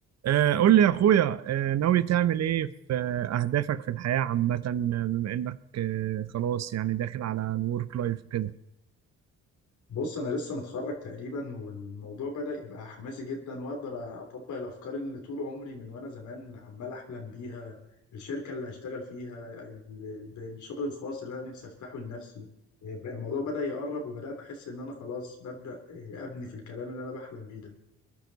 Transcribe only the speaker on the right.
آه، قول لي يا اخويا آه، ناوي تعمل ايه في آه، اهدافك في الحياة عامة آه، بما انك آه، خلاص يعني داخل على الورك لايف وكده